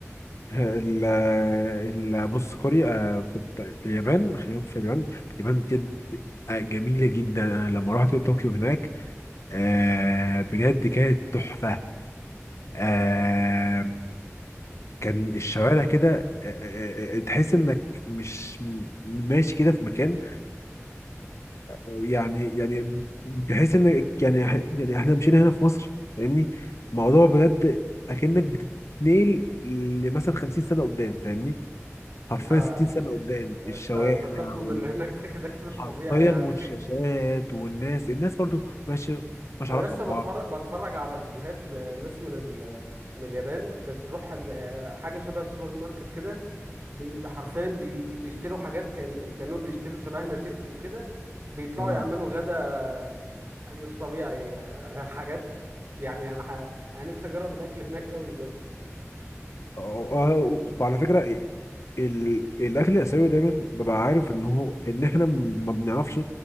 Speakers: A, on the left; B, on the right.
A: ال ال بص كوريا آه، بت- اليابان خلينا في اليابان اليابان بجد آه، جميلة جدا أنا لما رحت طوكيو هناك آه، بجد كانت تحفة آه، كان
B: <laughs>
A: الشوارع كده آه، آه، آه، تحس إنك مش م- ماشي كده في مكان يعني يعني بحيث إنك يعني يعني إحنا مشينا هنا في مصر فاهمني موضوع بجد أكنك بتتنقل لمثلا 50 سنة قدام فاهمني حرفيا
B: آه،
A: 60 سنة قدام
B: الت-
A: الشوارع
B: التقدم
A: وال...
B: اللي هناك ده كده كده طبيعي
A: حرفيا
B: يعني
A: والشاشات والناس الناس برضو ماشي
B: <laughs>
A: مش
B: انا
A: علاقة
B: لسه
A: ببعض
B: بتفرج بتفرج على فيديوهات لناس من ال... من اليابان بتروح ال- آه، حاجه شبه السوبر ماركت كده بي بي- حرفيا بي بيشتروا حاجات كان كانوا بيشتروا شبهنا شيبسي وكده بيطلعوا
A: مم.
B: يعملوا غدا مش طبيعي آه، حاجات يعني انا ح... انا نفسي اجرب الاكل هناك قوي بجد
A: أه- أه، وعلى فكرة ال... الأكل الآسيوي دايما ببقى عارف إن هو إن إحنا ما بنعرفش